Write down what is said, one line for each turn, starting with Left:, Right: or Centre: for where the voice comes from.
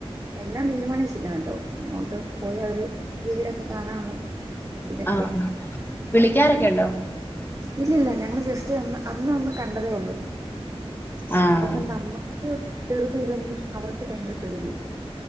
Right: എല്ലാം തീരുമാനിച്ചില്ല കേട്ടോ അങ്ങോട്ട് പോയി അവര് വീടൊക്കെ കാണാനുള്ള ഇതിലൊക്കെയാ
Left: ആ ആ വിളിക്കാറൊക്കെ ഉണ്ടോ
Right: ഇല്ലല്ല ഞങ്ങള് ജസ്റ്റ്ന്ന് അന്ന്ന്ന് കണ്ട കണ്ടതേയുള്ളൂ
Left: ആഹ്
Right: ഇപ്പം നമ്മുക്ക് തൃറുതി ഇല്ലെങ്കിലും അവർക്ക് അവർക്ക് ഭയങ്കരം ധൃതി